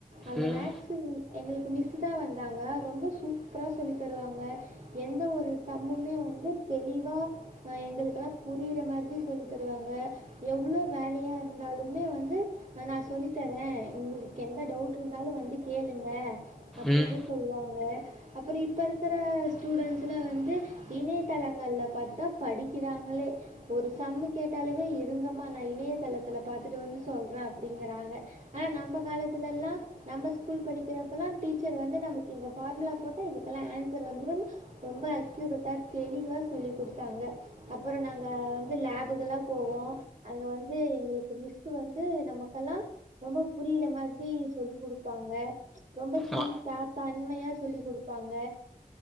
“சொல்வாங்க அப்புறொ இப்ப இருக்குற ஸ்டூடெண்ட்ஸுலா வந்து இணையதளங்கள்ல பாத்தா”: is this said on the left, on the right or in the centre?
Right